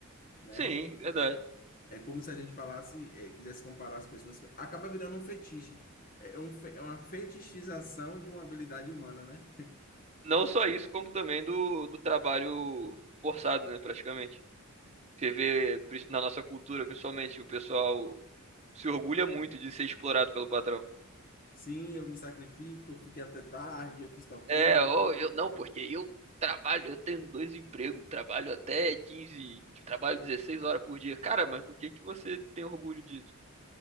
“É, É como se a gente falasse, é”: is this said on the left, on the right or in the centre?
Left